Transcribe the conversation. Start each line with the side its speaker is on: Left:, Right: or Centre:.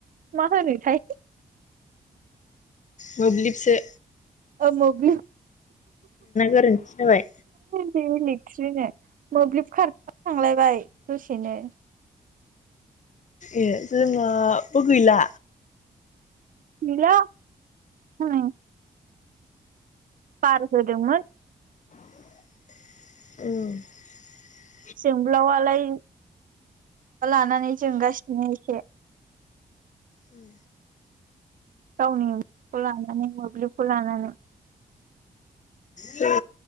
Right: मा होनोथाय
Left: मोब्लिब सो
Right: औ मोब्लिब
Left: गोरोन्थि जाबाय
Right: इलेक्ट्रिक होनो मोब्लिब खार थांलायबाय दसेनो
Left: ए जोंनाबो गैला
Right: गैला हनै बार होदोंमोन
Left: औ
Right: जोंब्लावआलाय लानानै जोंगासिनो एसे
Left: उम
Right: गावनि गलाम मोब्लिबखौ लानानै
Left: जै